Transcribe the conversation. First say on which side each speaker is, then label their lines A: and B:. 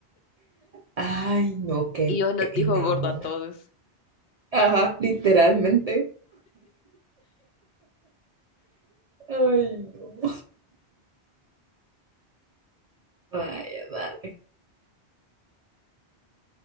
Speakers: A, on the right; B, on the left.
A: Ay, no, qué
B: Y yo nos
A: pena,
B: dijo gordo
A: vos.
B: a todos.
A: Ajá, literalmente. Ay, no. Vaya, dale.